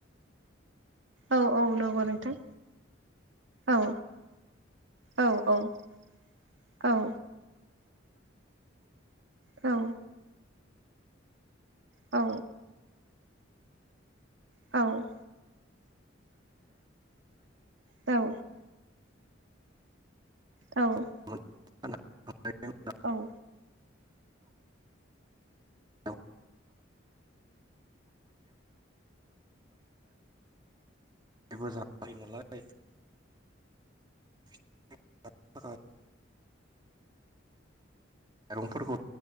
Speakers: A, on the right; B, on the right.
A: औ-औ नंगौ नोंथां औ औ-औ-औ औ औ औ औ औ
B: <unintelligible>
A: औ
B: <unintelligible> फायो नालाय <unintelligible> <unintelligible> माइरंफोरखौ